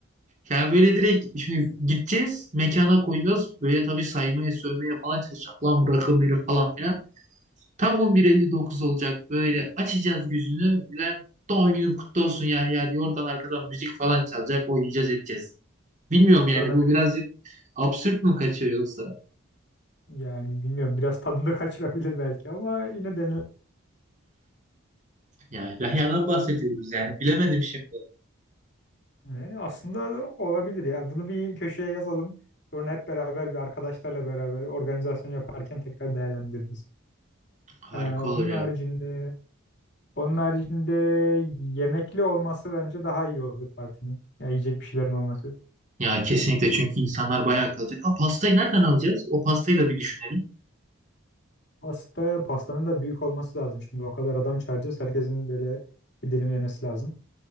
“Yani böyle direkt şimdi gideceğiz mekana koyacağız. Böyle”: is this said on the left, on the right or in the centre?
Right